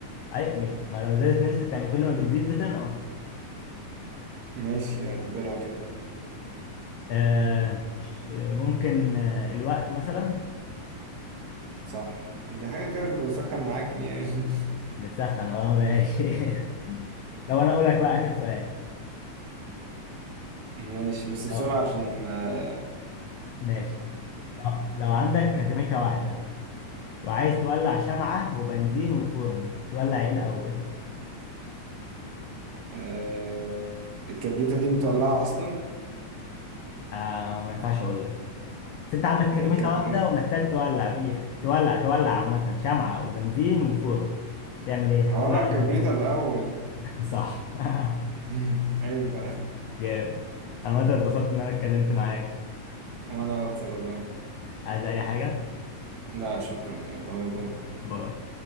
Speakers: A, on the left; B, on the right.
A: ايوه م- ما لو زادت نسبة يعني كل ما بتزيد بتنقص
B: ماشي اعتبرها كده
A: آه... مش- ممكن آه، الوقت مثلا
B: صح دي حاجه كده كنت بسخن معاك فيها يعني
A: بتسخن اه ماشي <laughs> لو انا اقول لك بقى اخر سؤال
B: <laughs> ماشي بس بسرعه
A: لو
B: عشان آه
A: ماشي لو, لو عندك كبريتة واحدة وعايز تولع شمعة وبنزين وفرن تولع ايه الأول؟
B: آه، الكبريتة دي متولعة أصلا
A: آه ما ينفعش اقول لك بس انت عندك
B: يبقى
A: كمية
B: الكبريت
A: واحدة ومحتاج تولع بيها تولع تولع عامة شمعة وبنزين وفرن تعمل ايه
B: هولع
A: هتولع
B: الكبريتة
A: انهي الاول
B: الأول
A: <laughs> صح <laughs>
B: <laughs> عيب بقى
A: جامد عامة اتبسطت ان انا اتكلمت معاك
B: وأنا أكتر والله
A: عايز اي حاجة
B: لا شكرا يلا باي باي
A: باي